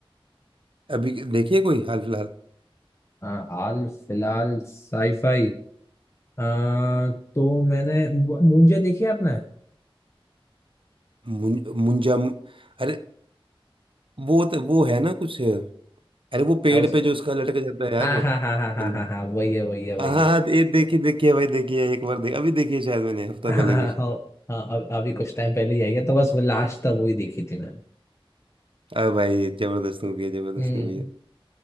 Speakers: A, on the right; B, on the left.
A: अभी देखिए कोई हाल फिलहाल
B: हाँ हाल फिलहाल साईफाई आ, तो मैंने मुंजे देखी है आपने
A: मुं- मुंजा मु- अरे वो तो- वो है ना कुछ अरे वो पेड़
B: आ, उसके
A: पे जो उसका लटक जाता है
B: हाँ
A: यार
B: हाँ हाँ हाँ हाँ
A: बंदा
B: हाँ हाँ वही है वही है वही
A: हाँ हाँ
B: है
A: हाँ,
B: <laughs>
A: ये देखिए देखिए भाई देखिए एक बार देख अभी देखिए शायद मैंने हफ्ता
B: हाँ
A: पहले
B: हाँ
A: कुछ
B: हाँ हाँ, अभी अभी कुछ टाइम पहले ही आई है तो बस वो लास्ट तक वही देखी थी मैंने
A: आ भाई जबरदस्त मूवी है जबरदस्त
B: हम्म
A: मूवी है